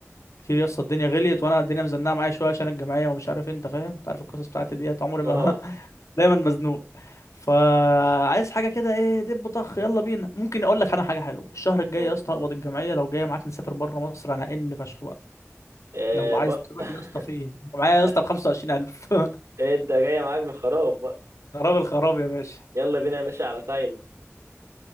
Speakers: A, on the left; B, on the right.
A: كتير يا اسطى الدنيا غليت وانا الدنيا مزنقه معايا شويه عشان الجمعيه ومش عارف إيه، انت فاهم انت عارف القصص بتاعتي ديت عمري ما
B: اه
A: <laughs> دايما مزنوق فعايز حاجه كده ايه دب طخ يلا بينا ممكن اقول لك انا حاجه حلوه الشهر الجاي
B: قول.
A: يا اسطى هقبض الجمعيه لو جايه معاك نسافر بره مصر انا ان فشخ بقى
B: آه،
A: لو عايز
B: بق...
A: تروح
B: <laughs>
A: يا اسطى فين معايا يا
B: لا
A: اسطى ب 25000 <laughs>
B: انت جاي معاك بخراب بقى
A: خراب الخراب يا باشا
B: يلا بينا يا باشا على تايلاند